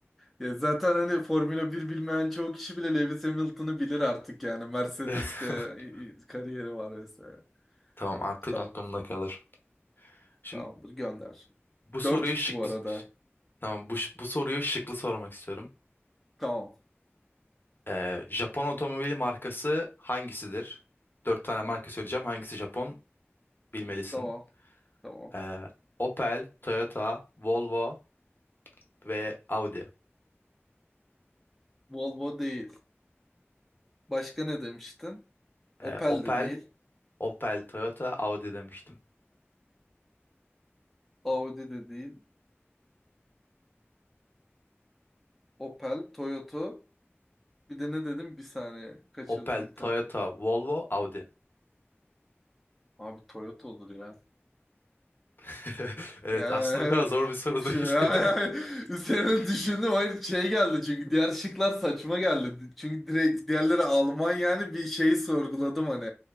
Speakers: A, in the centre; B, on the left.
A: Ya zaten hani Formula 1 bilmeyen çoğu kişi bile Lewis Hamilton'ı bilir artık yani. Mercedes'te
B: <laughs>
A: e, e, kariyeri var vesaire.
B: Tamam artık
A: Tamam.
B: aklımda kalır. Şimdi
A: Tamamdır gönder.
B: bu soruyu
A: Dört üç
B: şıklı
A: bu arada.
B: Tamam bu, ş- bu soruyu şıklı sormak istiyorum.
A: Tamam.
B: Ee, Japon otomobili markası hangisidir? Dört tane marka söyleyeceğim. Hangisi Japon? Bilmelisin.
A: Tamam. Tamam.
B: Ee, Opel, Toyota, Volvo ve Audi.
A: Volvo değil. Başka ne demiştin? Opel
B: Ee, Opel,
A: de değil.
B: Opel, Toyota, Audi demiştim.
A: Audi de değil. Opel, Toyota. Bir de ne dedim? Bir saniye. Kaçırdım
B: Opel,
A: bir tane.
B: Toyota, Volvo, Audi.
A: Abi Toyota olur ya.
B: <laughs> Evet
A: Yani,
B: aslında o kadar zor bir
A: <laughs>
B: soru
A: düşün,
B: değil.
A: <laughs> yani,
B: <laughs>
A: üzerine düşündüm. Hayır şey geldi çünkü diğer şıklar saçma geldi. Çünkü direkt diğerleri Alman yani bir şeyi sorguladım hani.